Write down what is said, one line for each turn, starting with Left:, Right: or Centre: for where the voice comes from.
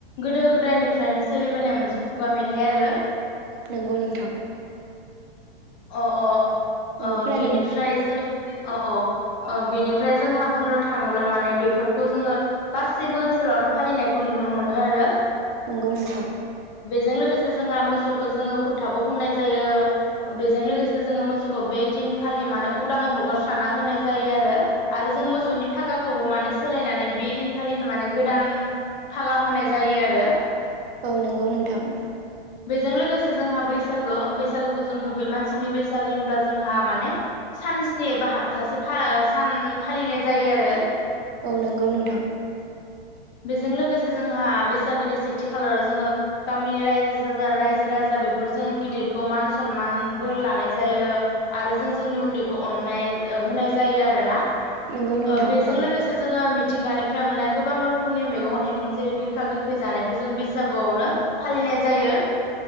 Left: गोदो गोदायनिफ्रायनो सोलिबोनाय मोनसे खुगा मेथाइ आरो
Right: नोंगौ नोंथां।
Left: अ अ
Right: औ
Left: अ
Right: खोनादों
Left: बेनिफ्राय
Right: नोंथां
Left: जों औ औ ओह बेनिफ्राय जोंहा बुंनोथाङोब्ला माने बेफोरखौजोङो गासैबो ओनसोलावनो फालिनायखौ नुनोमोनो आरो।
Right: नंगौ नोंथां।
Left: जोंलोगोसे जोंहा मोसौखौ जोंङो फोथाबो फुननाय जायो। बेजोंलोगोसे जोङो मोसौफो बे दिनखालि मानो उदाङै हगारस्रानाहोनाय जायो आरो। आरो जों मोसौनि फागा खौबो माने सोलायनानै बे दिनखालिनो माने गोदान थाखा होनाय जायो आरो
Right: औ नोगौ नोंथां।
Left: बेजोंलोगोसे जोंहा बैसागो बैसागुखौज जों गुबै मानसिनि बैसागो होनब्ला जोंहा माने सानस्नि एबा हप्तासे फा सान फालिनाय जायोआरो।
Right: औ नोंगौ नोंथां।
Left: बेजों लोगोसे जोंहा बैसागोनि सेथि खालाराव जोङो गामिनि रायजो रायजोराजा बेफोरजोङो गिदिरखौ मानस सनमान बोरलानाय जायो आरो जों जोंनि उन्दैखौ अननाय ओ होनाय जायो आरोना?
Right: नंगौ नोंथां
Left: ओह बेजोंलोगोसेजोङो
Right: औ
Left: मिथ मिथिंगानिफ्राय मोनाय गोबांरोखोमनि मैगं थाइगं जेरै गोखा गोखै जानायखोजों बैसागुआवनो फालिनायजायो।